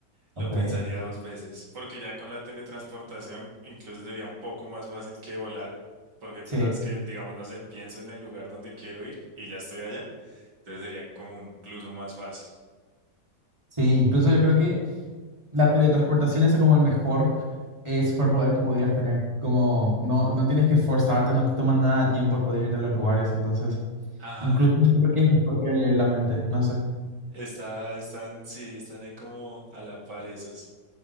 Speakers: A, on the right; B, on the right.
A: lo
B: Ok.
A: pensaría dos veces. Porque ya con la teletransportación, incluso sería un poco más fácil que volar. Porque
B: Sí,
A: tú sabes que, digamos, no sé, pienso en el lugar donde quiero ir y ya estoy allá. Entonces sería como incluso más fácil.
B: sí, incluso yo creo que la teletransportación es como el mejor eh, superpoder que podrías tener. Como no, no tienes que forzarte, no te toma nada de tiempo el poder irte a los lugares, entonces
A: Ajá.
B: incluso yo creo que es mejor que leer la mente, no sé.
A: Está, están, sí, están ahí como a la par esos.